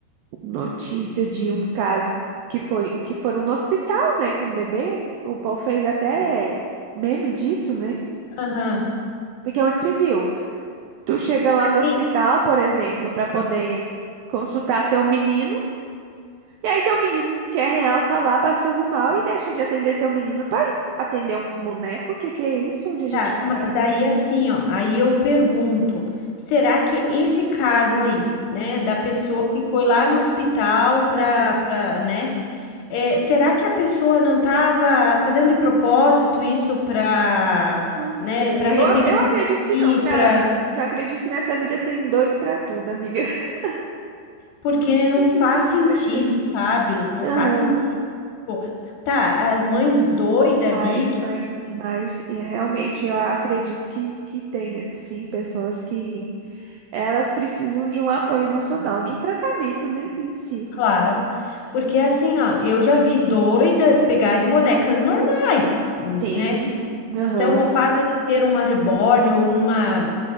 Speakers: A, on the right; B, on the left.
A: Notícia de
B: Uhum.
A: um caso que foi que foram no hospital, né, com o bebê. O povo fez até meme disso, né?
B: Aham.
A: Porque é onde se viu. Tu chega lá
B: Mas
A: no
B: daí,
A: hospital, por exemplo, para poder consultar teu menino, e aí teu menino que é real tá lá passando mal e deixa de atender teu menino para atender um boneco. O que que é isso? Onde a gente
B: tá,
A: vai
B: mas
A: parar?
B: daí assim, ó, aí eu pergunto, será que esse caso aí, né, da pessoa que foi lá no hospital para,
A: Aham.
B: para, né, É, será que a pessoa não estava fazendo de propósito isso para,
A: Não sei.
B: né, para repercutir,
A: Eu, ac- eu acredito que não, que,
B: para
A: a, que eu acredito que nessa vida tem doido pra tudo, amiga. <laughs>
B: porque não
A: Inclusive,
B: faz sentido,
A: crescei.
B: sabe? Não
A: Aham.
B: faz sentido. Pô, tá, as mães doidas
A: Mas,
B: ali que,
A: mas,
B: que-
A: mas e realmente eu acredito que, que tem, sim, pessoas que elas precisam de um apoio emocional, de um tratamento, né, em si.
B: claro, porque assim, ó, eu já vi doidas pegarem bonecas normais,
A: Sim,
B: né?
A: Aham,
B: Então, o fato de ser uma reborn ou uma